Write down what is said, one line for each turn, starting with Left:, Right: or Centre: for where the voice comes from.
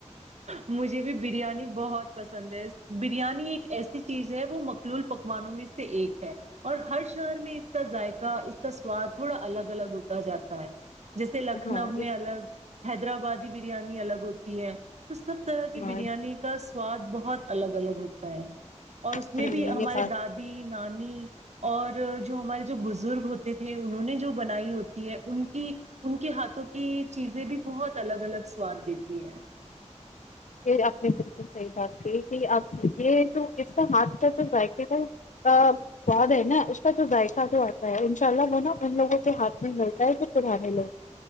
Right: مجھے بھی بریانی بہت پسند سدیش بریانی ایک ایسی چیز ہے وہ مقلول پکوانوں میں سے ایک ہے اور ہر شہر میں اس کا ذائقہ اس کا سواد تھوڑا الگ الگ ہوتا جاتا ہے جیسے لکھنؤ
Left: ہاں
Right: میں
Left: اس
Right: الگ حیدرآبادی بریانی الگ ہوتی تی ہے تو سب طرح کی
Left: ہاں
Right: بریانی کا سواد بہت الگ الگ ہوتا ہے اور اس
Left: نہیں
Right: میں بھی
Left: نہیں
Right: ہمارے
Left: یہ بات
Right: دادی نانی اور جو ہمارے جو بزرگ ہوتے تھے انہوں نے جو بنائی ہوتی ہے ان کی ان کے ہاتھوں کی چیزیں بھی بہت الگ الگ سواد دیتی <inaudible>
Left: یہ اپنے بال کو صحیح بات کی کہ اب یہ جو اس کا ہاتھ کا جو ذائقے کا سواد ہے نا اس کا جو ذائقہ جو آتا ہے انشاء اللہ وہ نا ان لوگوں کے ہاتھ میں ملتا ہے جو پرانے لوگ